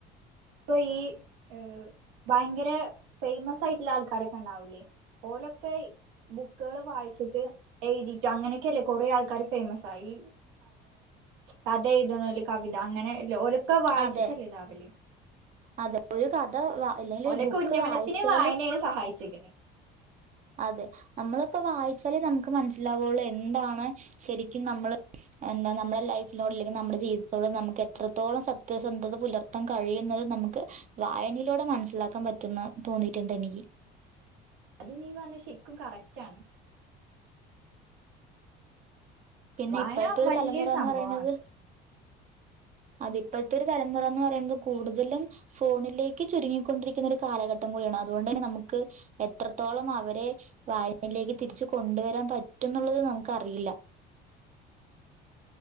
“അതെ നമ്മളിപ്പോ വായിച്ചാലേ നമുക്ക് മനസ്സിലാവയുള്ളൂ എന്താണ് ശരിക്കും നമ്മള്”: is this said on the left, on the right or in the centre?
Right